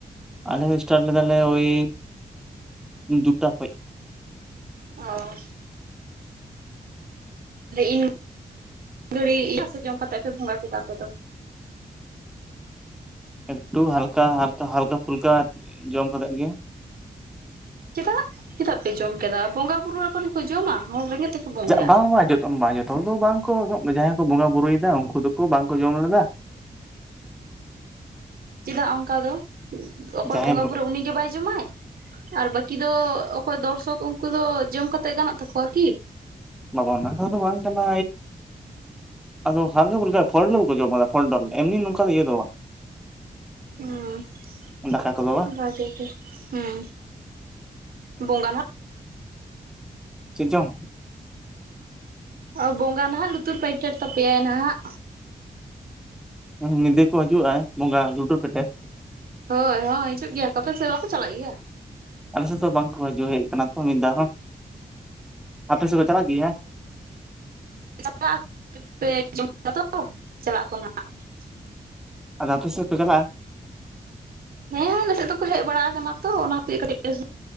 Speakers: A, in the centre; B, on the right.
A: ᱟᱞᱮ ᱥᱴᱟᱨᱴ ᱞᱮᱫᱟᱞᱮ ᱳᱭ ᱫᱩᱴᱟ ᱠᱷᱚᱡ᱾
B: ᱚ ᱤᱧ ᱜᱷᱟᱹᱲᱤ <unintelligible> ᱡᱚᱢ ᱠᱟᱛᱮ ᱯᱮ ᱵᱚᱸᱜᱟ ᱠᱮᱫᱟ ᱟᱯᱮ ᱫᱚ
A: ᱮᱠᱴᱩ ᱦᱟᱞᱠᱟ ᱦᱟᱞᱠᱟ ᱦᱟᱞᱠᱟ ᱯᱷᱩᱞᱠᱟ ᱡᱚᱢ ᱠᱟᱛᱮᱫ ᱜᱮ᱾
B: ᱪᱮᱫᱟᱜ ᱪᱮᱫᱟᱜ ᱯᱮ ᱡᱚᱢ ᱠᱮᱫᱟ ᱵᱚᱸᱜᱟ ᱵᱩᱨᱩ ᱟᱵᱚᱨᱮᱱ ᱠᱚ ᱡᱚᱢᱟ ᱦᱚᱲ ᱨᱮᱸᱜᱮᱡ ᱛᱮᱠᱚ ᱵᱚᱸᱜᱟᱭᱟ᱾
A: ᱵᱟᱝ ᱵᱟᱝ <unintelligible> ᱡᱚᱛᱚᱱ ᱦᱚᱲ ᱫᱚ ᱵᱟᱝ ᱡᱟᱦᱟᱸᱭ ᱠᱚ ᱵᱚᱸᱜᱟ ᱵᱩᱨᱩᱭᱮᱫᱟ ᱩᱱᱠᱩ ᱫᱚᱠᱚ ᱵᱟᱝᱠᱚ ᱡᱚᱢ ᱞᱮᱫᱟ᱾
B: ᱪᱮᱫᱟᱜ ᱚᱱᱠᱟ ᱫᱚ? ᱚᱠᱚᱭ
A: ᱡᱟᱦᱟᱸᱭ
B: ᱵᱚᱸᱜᱟ ᱵᱩᱨᱩ ᱩᱱᱤᱜᱮ ᱵᱟᱭ ᱡᱚᱢᱟᱭ ᱟᱨ ᱵᱟᱠᱤ ᱫᱚ ᱚᱠᱚᱭ ᱫᱚᱨᱥᱚᱠ ᱩᱱᱠᱩ ᱫᱚ ᱡᱚᱢ ᱠᱟᱛᱮᱫ ᱜᱟᱱᱚᱜ ᱛᱟᱠᱚᱣᱟ ᱠᱤ?
A: ᱵᱟᱵᱟ ᱚᱱᱟ ᱠᱟᱛᱷᱟ ᱫᱚ ᱵᱟᱝ ᱠᱟᱱᱟ ᱟᱫᱚ ᱦᱟᱞᱠᱟ ᱯᱷᱩᱞᱠᱟ ᱯᱷᱚᱞ ᱰᱚᱞ ᱠᱚ ᱡᱚᱢ ᱠᱟᱫᱟ ᱯᱷᱚᱞ ᱰᱚᱞ ᱮᱢᱱᱤ ᱱᱚᱝᱠᱟ ᱤᱭᱟᱹ ᱫᱚ ᱵᱟᱝ᱾
B: ᱦᱮᱸ
A: ᱫᱟᱠᱟ ᱠᱚᱫᱚ ᱵᱟᱝ
B: ᱵᱷᱟᱜᱮ ᱜᱮ ᱦᱮᱸ ᱵᱚᱸᱜᱟ ᱱᱟᱦᱟᱜ
A: ᱪᱮᱫ ᱪᱚᱝ?
B: ᱚ ᱵᱚᱸᱜᱟ ᱱᱟᱦᱟᱜ ᱞᱩᱛᱩᱨ ᱯᱟᱹᱭᱴᱮᱨ ᱛᱟᱯᱮᱭᱟᱭ ᱱᱟᱦᱟᱜ᱾
A: ᱧᱤᱫᱟᱹ ᱠᱚ ᱦᱤᱡᱩᱜ-ᱟ ᱵᱚᱸᱜᱟ ᱞᱩᱴᱩᱨ ᱯᱮᱴᱮᱨ?
B: ᱦᱳᱭ ᱦᱳᱭ ᱦᱤᱡᱩᱜ ᱜᱮᱭᱟ ᱠᱚ ᱟᱯᱮ ᱥᱮ ᱵᱟᱠᱚ ᱪᱟᱞᱟᱜ ᱜᱮᱭᱟ᱾
A: ᱟᱞᱮ ᱥᱮᱫ ᱫᱚ ᱵᱟᱝᱠᱚ ᱦᱤᱡᱩᱜ ᱦᱮᱡ ᱠᱟᱱᱟ ᱛᱚ ᱢᱤᱫ ᱫᱷᱟ ᱦᱚᱸ ᱟᱯᱮ ᱥᱮᱫ ᱫᱚ ᱪᱟᱞᱟᱜ ᱜᱮᱭᱟ᱾
B: <unintelligible>
A: ᱟᱫᱚ ᱟᱯᱮ ᱥᱮᱫ ᱠᱚ ᱪᱟᱞᱟᱜ-ᱟ?
B: ᱦᱮᱸ ᱟᱞᱮᱥᱮᱜ ᱫᱚᱠᱚ ᱦᱮᱡ ᱵᱟᱲᱟ ᱠᱟᱱᱟ ᱛᱚ ᱚᱱᱟᱛᱮ ᱠᱟᱹᱴᱤᱡ